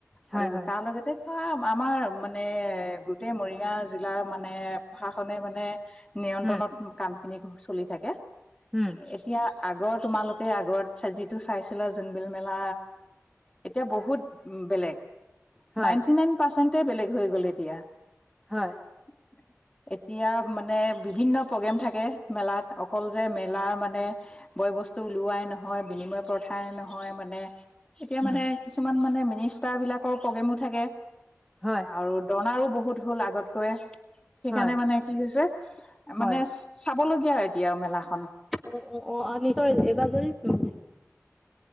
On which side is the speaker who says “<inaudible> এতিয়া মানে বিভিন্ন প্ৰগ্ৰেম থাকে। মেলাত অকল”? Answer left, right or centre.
Left